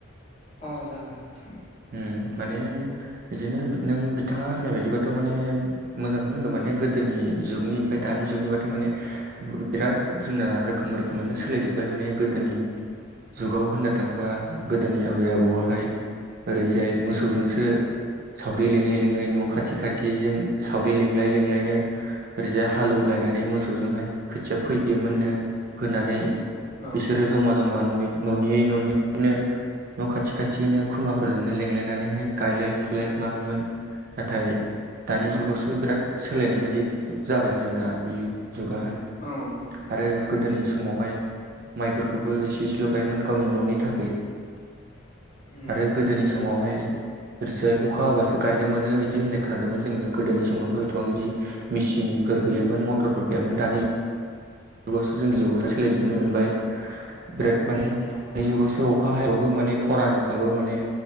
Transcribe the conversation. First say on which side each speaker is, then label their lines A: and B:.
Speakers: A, on the left; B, on the right.
A: अ जागोनथां।
B: उम माने बिदिनो नों बिथाङा होननाय बायदिबाथ' माने मोजांखौनो होनदों माने गोदोनि जुगनि ओमफ्राय दानि जुगनिबाथ थमाने बिराद जोंना रोखोम रोखोमानो सोलाय जोबबाय माने गोदोनि जुगाव होननो थाङोबा गोदोनि आबै आबौहाय
A: उम
B: ओरैजाय मोसौजोंसो सावरि लिङै लिङै न' खाथि खाथिजों सावरि लिंलायै लिंलायनो ओरैजाय हालौवलायनानै मोसौजोंहाय खोथिया फोयोमोननो फोनानै
A: औ
B: बिसोरो
A: औ
B: जमा जमा नय न'नियै न'निनो न' खाथि खाथिनो खुरमाफोरजोंनो लेंलायनानैहाय गायलाय फुलाय खालामोमोन नाथाय दानि
A: औ
B: जुगावसो बिराद सोलायनाय बायदि जाबाय जोंना बे जुगाहाय।
A: औ नंगौ
B: आरो
A: नंगौ
B: गोदोनि समावहाय माइफोरखौबो एसे एसेल' गायोमोन गावनि न'नि थाखाय
A: उम
B: आरो
A: उम
B: गोदोनि सम समावहाय <inaudible> अखा हाबासो गायनो मोनो बिदि होननाय खोनादोंमोन जोंङो गोदोनि समावथ' एसेबां बिदि मेसिनफोर गैयामोन मथरफोर गैयामोन दानि जुगावसो जोंनि जुगाव सोलायजोबनो मोनबाय बिराद माने दानि
A: नंगौ औ
B: जुगावसो अखा हायाबाबो माने खरानबाबो माने